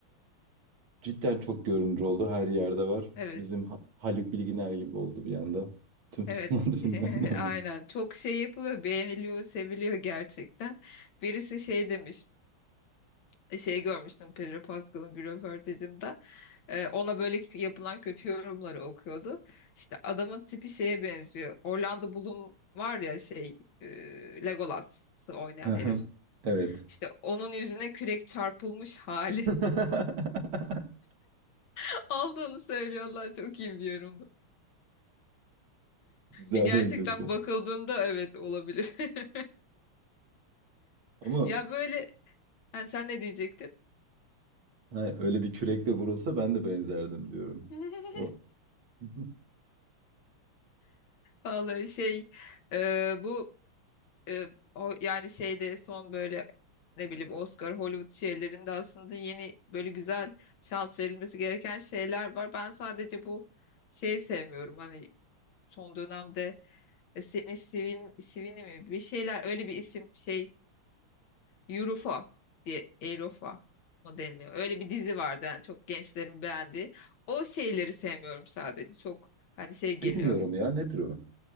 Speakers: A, on the right; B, on the left.
A: Cidden çok görünür oldu. Her yerde var.
B: Evet.
A: Bizim Ha- Haluk Bilginer gibi oldu bir anda. Tüm
B: Evet,
A: sanat <laughs> filmlerinde
B: <laughs>
A: oynuyor.
B: aynen. Çok şey yapılıyor, beğeniliyor, seviliyor gerçekten. Birisi şey demiş, e, şey görmüştüm Pedro Pascal'ın bir röportajında. Ee, ona böyle k- yapılan kötü yorumları okuyordu. İşte adamın tipi şeye benziyor. Orlando Bloom var ya şey, e, Legolas'ı oynayan
A: Aha,
B: herif.
A: Evet.
B: İşte onun yüzüne kürek çarpılmış hali
A: <laughs>
B: <laughs> aldığını söylüyorlar. Çok iyi bir yorumdu.
A: Güzel
B: Ki gerçekten
A: benzetme.
B: bakıldığında evet olabilir. <laughs>
A: Ama
B: Ya böyle, yani sen ne diyecektin?
A: ha, öyle bir kürekle vurulsa ben de benzerdim diyorum.
B: <laughs>
A: O- <laughs>
B: Vallahi şey e, bu e, o, yani şeyde son böyle ne bileyim Oscar Hollywood şeylerinde aslında yeni böyle güzel şans verilmesi gereken şeyler var. Ben sadece bu şeyi sevmiyorum. Hani son dönemde e, Sydney Sweeney, Sweeney mi bir şeyler öyle bir isim şey Eurofa diye Eurofa mı deniliyor. Öyle bir dizi vardı yani çok gençlerin beğendiği. O şeyleri sevmiyorum sadece. Çok hani şey geliyor.
A: Bilmiyorum ya nedir o?